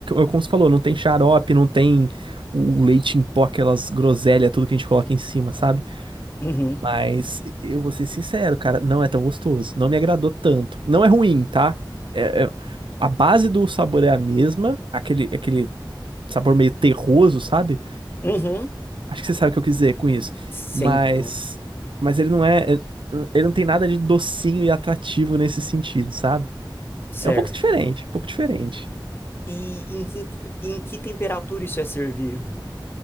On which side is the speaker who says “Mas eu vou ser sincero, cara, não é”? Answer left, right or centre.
Right